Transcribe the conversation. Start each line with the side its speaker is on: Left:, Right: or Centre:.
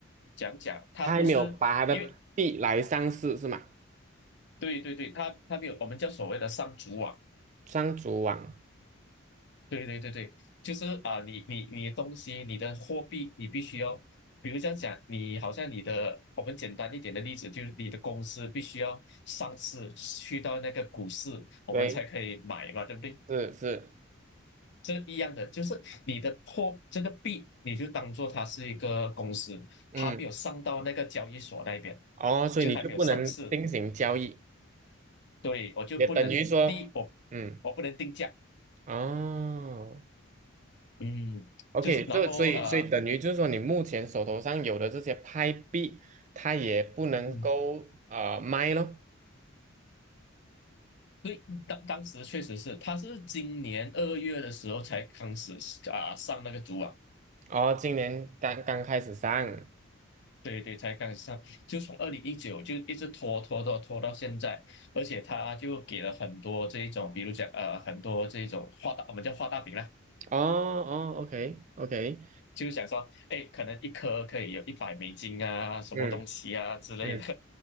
Left: 讲讲它不是因为
Right: 他还没有把他的币来上市是吗？
Left: 对对对，它它没有我们叫所谓的上主网
Right: 上主网，
Left: 对对对对，就是啊，你你你的东西，你的货币，你必须要，比如这样讲，你好像你的，我们简单一点的例子，就是你的公司必须要上市，去到那个股市，我们才可以买嘛，
Right: 对，
Left: 对不对？
Right: 是是，
Left: 这一样的，就是你的货，这个币，你就当做它是一个公司，
Right: 嗯
Left: 它没有上到那个交易所那边，
Right: 哦，所以你就不能进行交易，
Left: 就还没有上市，对，我就不能第一，
Right: 也等于说，
Left: 我我不能定价，
Right: 嗯，哦
Left: 嗯，
Right: ，OK，
Left: 就是然后呃。
Right: 就所以所以等于就是说，你目前手头上有的这些拍币，它也不能够呃卖咯。
Left: 嗯。对，当当时确实是，他是今年二月的时候才开始啊上那个组网，
Right: 哦，今年刚刚开始上，
Left: 对对，才开始上，就从二零一九就一直拖拖拖拖到现在，而且他就给了很多这一种，比如讲呃很多这一种画大，我们叫画大饼啦，
Right: 哦哦，OK OK，
Left: 就是想说，哎，可能一颗可以有一百美金啊，什么东西啊之类的，
Right: 嗯嗯，